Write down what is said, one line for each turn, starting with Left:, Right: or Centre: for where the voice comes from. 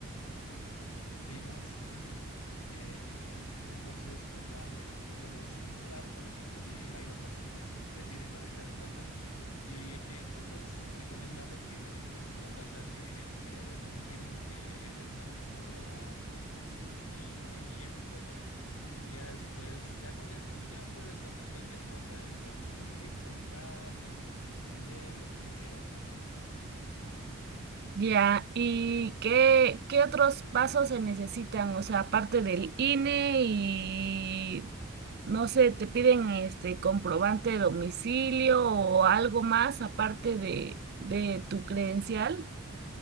Left: Binance. <laughs> Eh, entonces, pues ya puedes instalarlo y seguir ahí los pasos que te, te piden para crear una cuenta. Y, e incluso es recomendable que verifiques tu cuenta, o sea, que, que confirmen que eres una persona real con tu INE y esas cosas. Y ya después, ya con eso, ya puedes hacer cualquier cosa, invertir, comprar, vender, lo que tú quieras.
Right: Ya, ¿y qué, qué otros pasos se necesitan? O sea, aparte del INE y, no sé, te piden este comprobante de domicilio o algo más aparte de, de tu credencial.